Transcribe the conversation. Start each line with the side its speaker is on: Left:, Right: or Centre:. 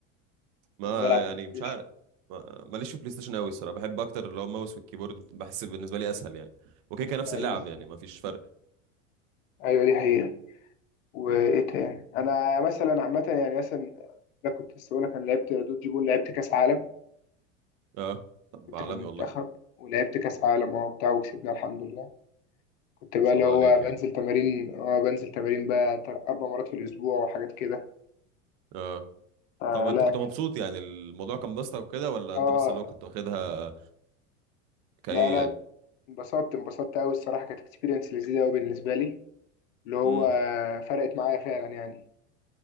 Right: ما
Left: يعني بلعب بلاي
Right: يعني مش
Left: ستيشن
Right: عارف ما- ماليش في بلاي ستيشن قوي الصراحه بحب اكتر اللي هو الماوس والكيبورد بحس بالنسبه لي اسهل يعني وكيكه نفس اللعب
Left: ايوه
Right: يعني ما فيش فرق
Left: ايوه دي حقيقة وايه تاني انا مثلا عامة يعني مثلا لا كنت لسه بقول لك انا لعبت دوج بول لعبت كاس عالم
Right: اه طب
Left: كنت
Right: عالمي
Left: في المنتخب
Right: والله ما
Left: ولعبت كاس عالم اه بتاع وكسبنا الحمد لله كنت بقى
Right: شاء
Left: اللي
Right: الله
Left: هو
Right: عليك
Left: بنزل
Right: يعني
Left: تمارين اه بنزل تمارين بقى تر- اربع مرات في الاسبوع وحاجات كده
Right: اه
Left: فلا
Right: طب انت كنت مبسوط
Left: كان
Right: يعني الموضوع كان بسطك وكده ولا
Left: اه
Right: انت بس اللي هو كنت واخدها كايه
Left: لا لا
Right: يعني
Left: انبسطت انبسطت قوي الصراحة كانت اكسبيرينس لذيذة قوي بالنسبة لي اللي هو
Right: امم
Left: فرقت معايا فعلا يعني